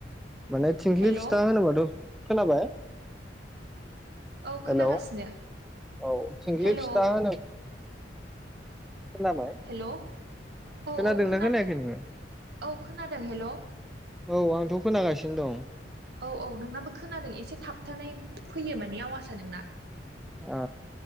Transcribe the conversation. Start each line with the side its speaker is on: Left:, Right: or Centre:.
Centre: माने थिंख्लि
Right: हेल'
Centre: फिथा होनोबाथ' खोनाबाय?
Right: औ खोनागासिनो
Centre: हेलौ औ थिंख्लि
Right: हेल'
Centre: फिथा होनो खोनाबाय
Right: हेल'। औ
Centre: खोनादोंना
Right: औ खोनादों
Centre: खोनायाखै नोङो
Right: औ खोनादों हेल'।
Centre: औ आंथ' खोनागासिनो दं।
Right: औ औ नोंनाबो खोनादों एसे थाबथानाय फैयो माने आवासआ नोंना।
Centre: ओ